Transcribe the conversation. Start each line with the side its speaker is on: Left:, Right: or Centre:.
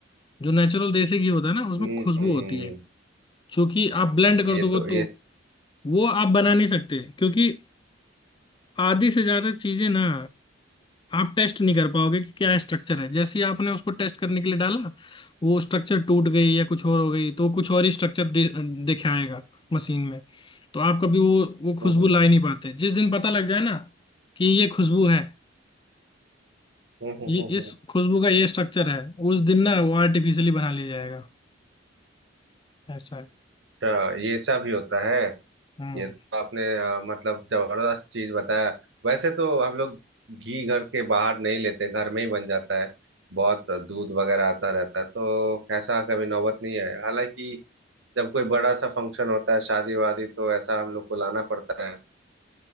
Left: जो नेचुरल देसी घी होता है ना उसमें
Right: हम्म
Left: खुशबू होती है क्योंकि आप ब्लेंड कर
Right: ये
Left: दोगे
Right: तो
Left: तो
Right: ये
Left: वो आप बना नहीं सकते क्योंकि आधी से ज्यादा चीजें ना आप टेस्ट नहीं कर पाओगे कि क्या स्ट्रक्चर है जैसे ही आपने उसको टेस्ट करने के लिए डाला वो स्ट्रक्चर टूट गई या कुछ और हो गई तो कुछ और ही स्ट्रक्चर दे, दिखाएगा मशीन में तो आप कभी वो वो खुशबू
Right: हम्म हम्म
Left: ला ही नहीं पाते जिस दिन पता लग जाए ना कि ये खुशबू है
Right: हम्म हम्म,
Left: ये
Right: हम्म,
Left: इस
Right: हम्म।
Left: खुशबू का ये स्ट्रक्चर है उस दिन ना वो आर्टिफिशियली बना लिया जाएगा ऐसा है
Right: अच्छा ये सब ही होता है
Left: हम्म
Right: ये तो आपने अ, मतलब जबरदस्त चीज बताया वैसे तो हम लोग घी घर के बाहर नहीं लेते घर में ही बन जाता है बहुत दूध वगैरह आता रहता है तो ऐसा कभी नौबत नहीं आया हालांकि जब कोई बड़ा सा फंक्शन होता है शादी वादी तो ऐसा हम लोग को लाना पड़ता है